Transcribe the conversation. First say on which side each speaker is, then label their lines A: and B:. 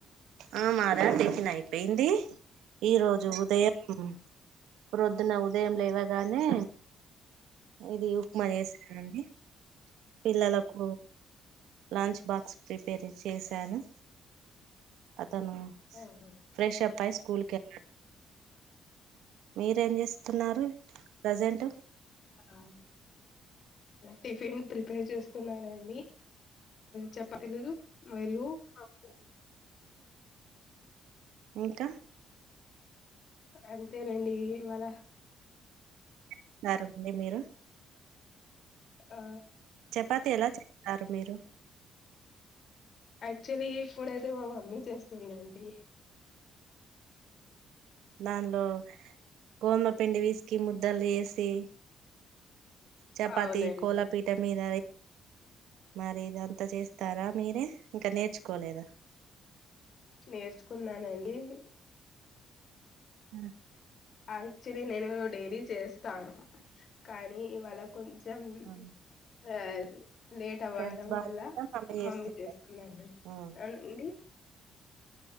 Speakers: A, on the right; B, on the left.
A: ఆ మాదా టిఫిన్ అయిపోయింది ఈ రోజు
B: ఆ
A: ఉదయం ప్రొద్దున్న ఉదయం లేవగానే ఇది ఉప్మా చేస్తనండి పిల్లలకూ
B: ఆ
A: లంచ్ బాక్స్ ప్రిపేర్ చేశాను తను
B: అవును.
A: ఫ్రెష్ అప్ ఐస్ స్కూల్ కె మీరేం చేస్తున్నారు ప్రజెంట్
B: ఆ టిఫిన్ ప్రిపేర్ చేస్తున్నారండి చె పతిలు మరియ పప్పు
A: ఇంక
B: అంతేనండి ఇవాళ
A: వస్తారు మీరు
B: అ
A: చపాతి ఎలా చేస్తారు మీరు
B: యాక్చువల్లి ఇప్పుడేదో మా మమ్మీ చేస్తుందండి
A: దానిలో గోమపిండి వేసి కింద ముద్దలు వేసి చపాతి
B: అవునండి
A: కోలాపీీఠ మీద మరి ఇదంతా చేస్తారా మీరే ఇంక నేర్చుకోలేదా
B: నేర్చుకున్నానండి హు
A: హ
B: యాక్చువలీ నేను డైలీ చేస్తాన్ కానీ ఇవాళ కొంచం
A: ఆహా!
B: యా లేట్ అవ్వడం
A: హెల్త్ బాగా
B: వల్ల
A: చేస్తుంటారు
B: మమ్మీ చేస్తుందండి
A: హ్మ్.
B: అవునండి